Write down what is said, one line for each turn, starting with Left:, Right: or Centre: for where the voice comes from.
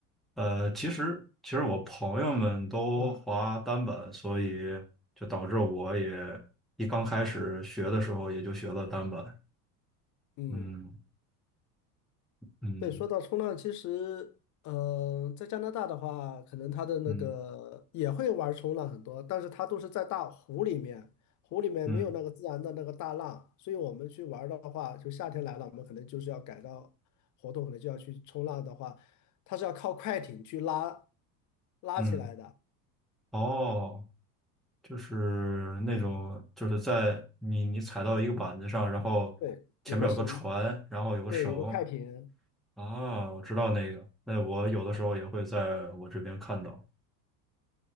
Centre: 呃，其实其实我朋友们都滑单本，
Left: 啊
Centre: 所以就导致我也一刚开始学的时候也就学了单本。
Left: 嗯。
Centre: 嗯嗯
Left: 对，说到冲浪，其实，嗯、在加拿大的话，可能它的那个也会玩冲浪很多，
Centre: 嗯
Left: 但是它都是在大湖里面，湖里面没有那个自然的那个大浪，
Centre: 嗯
Left: 所以我们去玩的话，就夏天来了，我们可能就是要改造活动，可能就要去冲浪的话，它是要靠快艇去拉拉起来的，
Centre: 嗯，哦。就是那种，就是在你你踩到一个板子上，然后前面有个船，
Left: 对，有个绳，
Centre: 然后有个绳
Left: 对，有个快艇。
Centre: 啊，我知道那个。那我有的时候也会在我这边看到，
Left: 啊。